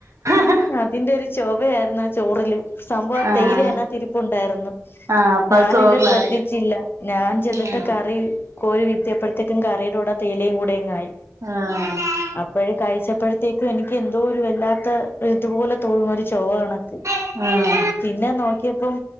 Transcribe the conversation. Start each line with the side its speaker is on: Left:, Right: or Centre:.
Right: ആഹ്
Left: അതിന്റെ ഒരു ചൊവയായിരുന്നു ആ ചോറില് സംഭവം ആ
Right: ആഹ്
Left: തേയിലനകത്തിരിപ്പുണ്ടായ്രുന്നു.
Right: ആഹ് അപ്പൊ
Left: ഞാനില്ല
Right: അത് ചോറിലായി
Left: ശ്രദ്ധിച്ചില്ല ഞാൻ ചെന്നിട്ട്
Right: ഉം
Left: കറി കോരി വീയ്‌ത്തിയപ്പോഴത്തേക്കും കറിയുടെ കൂടെ തേയിലയും കൂടെയിങ്ങായി.
Right: ആ.
Left: അപ്പോഴ കഴിച്ചപ്പോഴത്തേക്കും എനിക്ക് എന്തോ ഒരു വല്ലാ അത് തുപോലെ തോന്നുന്നു ഒരു ചൊവകണക്ക്.
Right: ആ.
Left: പിന്നെ നോക്കിയപ്പം